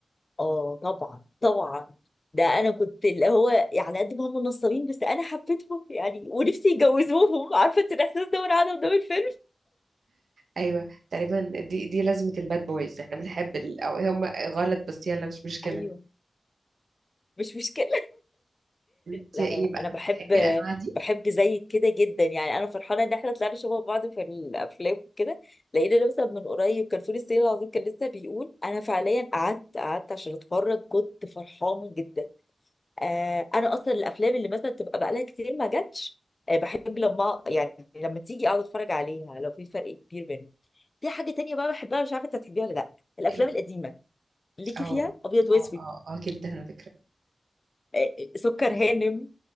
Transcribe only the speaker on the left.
اه طبعا طبعا ده انا كنت اللي هو على قد ما هم نصابين بس انا حبيتهم يعني ونفسي يجوزوهم <laughs> عارفه انت الاحساس ده وانا قاعده قدام الفيلم
ايوه مش مشكله
لا
لا لا
انا بحب
بحب زيك كده جدا يعني انا فرحانه ان احنا طلعنا شبه بعض في الافلام وكده لقينا مثلا من قريب كان فول الصين العظيم كان لسه بيقول انا فعليا قعدت قعدت عشان اتفرج كنت فرحانه جدا آه انا اصلا الافلام اللي مثلا تبقى بقالها كتير ما جاتش آه بحب لما يعني لما تيجي اقعد اتفرج عليها لو في فرق كبير بينهم في حاجه تانية بقى بحبها مش عارفه انت هتحبيها ولا لا الافلام
القديمه ليكي
فيها ابيض واسود
آه سكر هانم